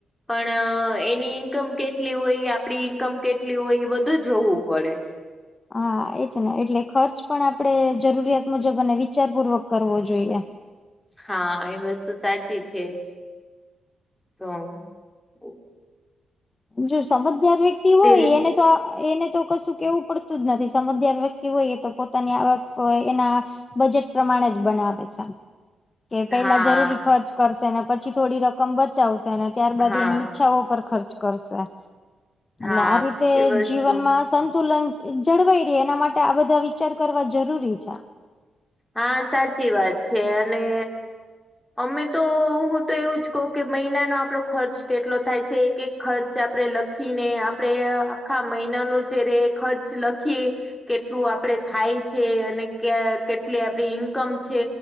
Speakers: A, in the centre; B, on the left.
A: પણ અહ એની ઈન્કમ કેટલી હોય આપડી ઈન્કમ કેટલી હોય એ બધું જોવું પડે.
B: હા, એજ ને એટલે ખર્ચ પણ આપડે જરૂરિયાત મુજબ અને વિચાર પૂર્વક કરવો જોઈએ.
A: હા, એ વસ્તુ સાચી છે. તો ઓ.
B: જો સમજદાર વ્યક્તિ હોય
A: રીત
B: એને તો એને તો કશું કેવું પડતું જ નથી સમજદાર વ્યક્તિ હોય એ તો પોતાની આવક હોય એના બજેટ પ્રમાણે જ બનાવે છે આમ. કે પેલા
A: હા
B: જરૂરી ખર્ચ કરશે ને પછી થોડી રકમ બચાવશે ને ત્યારબાદ
A: હા
B: એની ઈચ્છાઓ પર ખર્ચ કરશે એટલે
A: હા
B: આ રીતે
A: એ વસ્તુ
B: જીવનમાં સંતુલન જળવાઈ રે એના માટે આ બધા વિચાર કરવા જરૂરી છે.
A: હા સાચી વાત છે અને અમે તો હું તો એવું જ કહુ કે મહિનાનો આપડો ખર્ચ કેટલો થાય છે એક એક ખર્ચ આપડણે લખીને આપડણે આખા મહિના ન જે રે ખર્ચ લખી એ કેટલું આપડે થાય છે અને ક્યા કેટલી આપડી ઈન્કમ છે